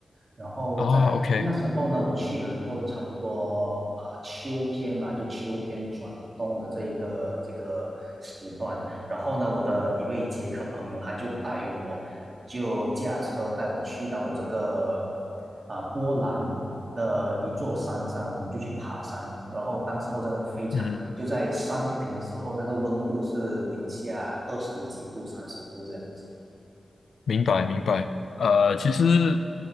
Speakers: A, on the right (about 40°); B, on the left (about 85°).
A: 然后在在那时候呢，
B: 啊，OK，
A: 我去的时候差不多呃秋天吧，就秋天转冬的这一个这个时段，然后呢，我的一位捷克朋友他就带我，就驾车带我去到了这个啊、呃波兰的一座山上，我们就去爬山。然后当时候真的是非常冷，
B: 嗯
A: 就在山顶的时候，那个温度是零下二十几度、三十度这样子。
B: 明白明白。呃，其实。